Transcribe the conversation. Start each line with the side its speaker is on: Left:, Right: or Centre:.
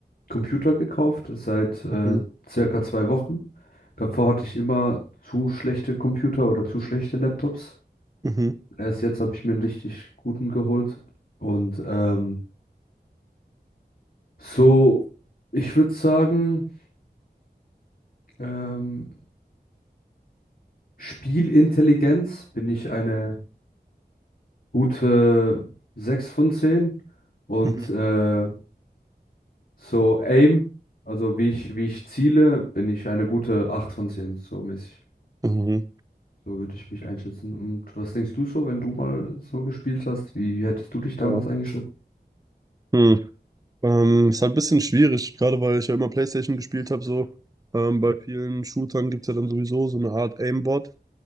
Left: Computer gekauft, seit äh,
Right: Mhm.
Left: circa zwei Wochen. Davor hatte ich immer zu schlechte Computer oder zu schlechte Laptops.
Right: Mhm.
Left: Erst jetzt habe ich mir einen richtig guten geholt. Und ähm, so, ich würde sagen, ähm, Spielintelligenz bin ich eine gute 6 von 10 und
Right: Mhm.
Left: äh, so Aim, also wie ich, wie ich ziele, bin ich eine gute 8 von 10 so mäßig.
Right: Mhm.
Left: So würde ich mich einschätzen. Und was denkst du so, wenn du mal so gespielt hast? Wie hättest du dich damals
Right: Ja.
Left: eingeschätzt?
Right: Hm. Ähm, ist halt ein bisschen schwierig, gerade weil ich ja immer PlayStation gespielt habe, so. Ähm, bei vielen Shootern gibt es ja dann sowieso so eine Art Aimbot.